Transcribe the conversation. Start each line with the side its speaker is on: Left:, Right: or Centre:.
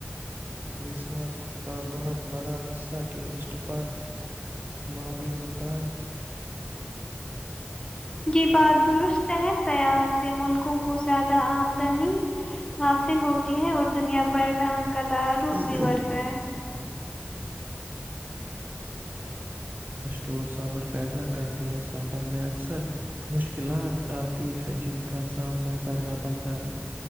Right: مثاب کا بہت بڑا حصہ ٹورسٹ پر مابی ہوتا ہے
Left: یہ بات درست ہے سیاحت سے ملکوں کو زیادہ آمدنی حاصل ہوتی ہے اور دنیا بھر میں ان کاتا روف
Right: ہے
Left: بھی بڑھتا ہے
Right: ٹور صبر پیدا کرتی ہے سفر میں اکثر مشکلات آتی ہے جو جن کا سامنا کرنا پڑھتا ہے